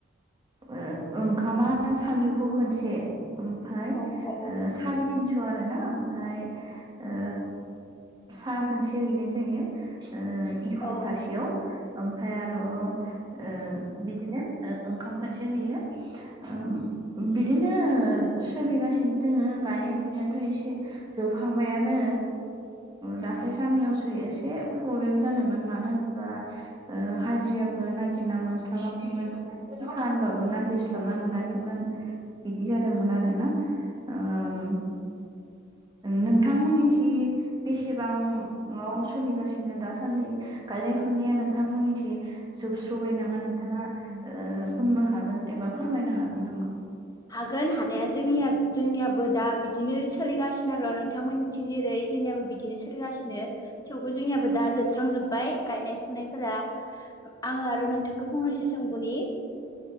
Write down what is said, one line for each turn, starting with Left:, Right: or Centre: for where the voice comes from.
Right: ओ ओंखामा सानजुफुआव खोनसे ओमफ्राय
Left: औ औ
Right: ओ सारि थिनस' आरोना ओमफ्राय ओ साहा खोनसे हैनाय जायो। ओ इख्र'थासेयाव
Left: औ
Right: ओमफ्राय आरो ओ बिदिनो ओ ओंखाम खोनसे होयो ओ बिदिनो सोलिगासिनो दोङो गायनाय फुनायाथ' एसे जोबहांबायानो। दाख्लै साननैयावसो एसे प्रब्लेम जादोंमोन मानो होन ब्ला ओ हाजिराबो नागिरना मोनस्लाबाखैमोन थिखा होनबाबो नागिरस बना मोनाखैमोन इदि जादोंमोन आरोना ओम नोंथांमोननि थि बेसेबां आव सोलिगासिनो दासान्दै गायनाय फुनाया नोंथांमोननिथि जोबस्र'बाय नामा नोंथाङा ओ बुंनो हागोन एबा फोरमायनो हागोन नामा?
Left: हागोन हानाया जोंनिया जोंनियाबो दा बिदिनो सोलिगासिनो र' नोंथांमोननि थिं जेरै जोंनियाबो बिदिनो सोलिगासिनो। थेवबो जोंनियाबो दा जोबस्रां जोब्बाय गायनाय फुनायफोरा। आङो आरो नोंथांखौ फंनैसो सोंबनि